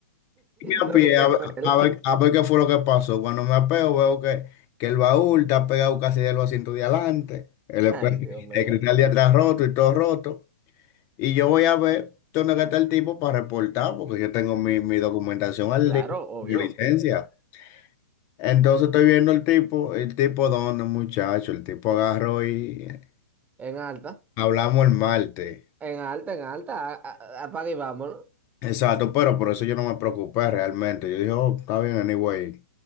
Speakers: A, on the left; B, on the right.
A: Y me
B: Lo
A: apié
B: que queda
A: a, ver,
B: de él.
A: a ver- a ver qué fue lo que pasó. Cuando me apeo, veo que, que el baúl está pegado casi de los asientos de adelante, el,
B: <laughs>
A: espe-
B: Ay, Dios mío.
A: el cristal de atrás roto y todo roto. Y yo voy a ver dónde que está el tipo para reportar, porque yo tengo mi, mi documentación al
B: Claro,
A: día,
B: obvio.
A: mi licencia. Entonces estoy viendo el tipo, el tipo dónde, muchacho, el tipo agarró y eh,
B: En alta,
A: hablamos el martes.
B: en alta, en alta. a- a- Apaga y vámonos.
A: Exacto, pero por eso yo no me preocupé realmente. Yo dije, oh, está bien, anyway.